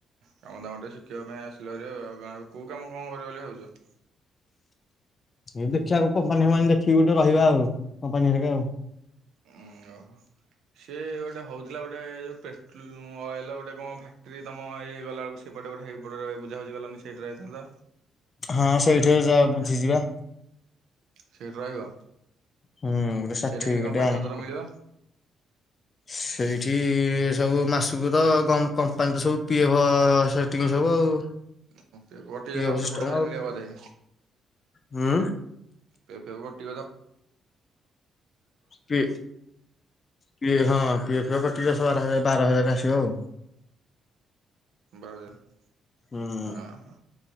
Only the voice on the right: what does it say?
କାମ ଦାମ ଟେ ଶିଖିବା ପାଇଁ ଆସିଲ ଭାରି, ଆଉ କୋଉ କାମ କଣ କରିବ ବୋଲି ଭାବୁଚ?
ଉଁ ଓହୋ ସିଏ ଗୋଟେ ହଉଥିଲା ଗୋଟେ ଯୋଉ ପେଟ୍ରୋଲ ଅଏଲର, ଗୋଟେ କଣ ଫ୍ୟାକ୍ଟ୍ରି ତମ ଇ ଗଲାବେଳକୁ ସେପଟେ ଗୋଟେ ହେଇ ବୁଝା ବୁଝି କଲନି ସେଇଠି ରହିଥାନ୍ତ।
ସେଇଠି ରହିବ?
ସେଇଟା କେମିତି କଣ ପଇସା
ପତର ମିଳିବ?
<unintelligible> ଦେଲେ
ଅଠର
କୋଡିଏ ହଜାର
ମିଳିବ ବୋଧେ!
ପି ଏଫ୍ କଟିିବ ତ?
ବାର ହ
ଆଁ ହଁ